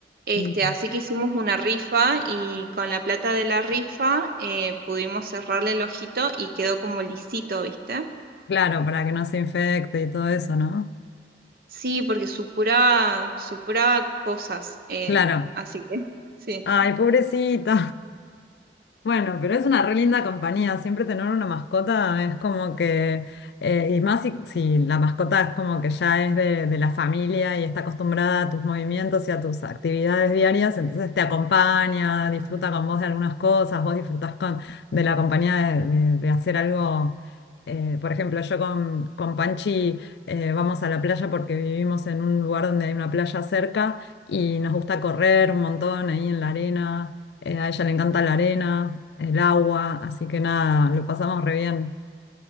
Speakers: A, on the right; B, on the left.
A: Este,
B: Mm.
A: así que hicimos una rifa y con la plata de la rifa eh, pudimos cerrarle el ojito y quedó como lisito, ¿viste?
B: Claro, para que no se infecte y todo eso, ¿no?
A: Sí, porque supuraba, supuraba cosas. eh,
B: Claro.
A: así que, sí.
B: Ay, pobrecito. Bueno, pero es una re linda compañía. Siempre tener una mascota es como que, eh, y más si, si la mascota es como que ya es de, de la familia y está acostumbrada a tus movimientos y a tus actividades diarias, entonces te acompaña, disfruta con vos de algunas cosas, vos disfrutás con, de la compañía de, de- de hacer algo. eh, por ejemplo, yo con, con Panchi eh, vamos a la playa porque vivimos en un lugar donde hay una playa cerca y nos gusta correr un montón ahí en la arena. Eh, a ella le encanta la arena, el agua, así que nada, lo pasamos re bien.